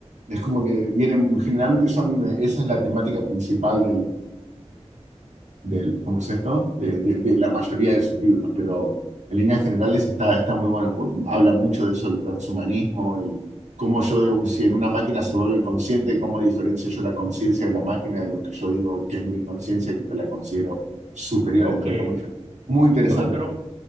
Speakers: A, on the right (about 85°); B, on the right (about 65°).
A: Es como que vienen, generalmente son, esa es la temática principal del, ¿cómo es esto? De, de- de la mayoría de sus libros, pero en líneas generales está, está muy bueno, porque habla mucho de eso, el transhumanismo, el cómo yo, de- si en una máquina se vuelve consciente, cómo diferencio yo la conciencia de la máquina de lo que yo digo que es mi conciencia y que la considero superior,
B: Ok,
A: entre comillas. Muy interesante.
B: ok, pero,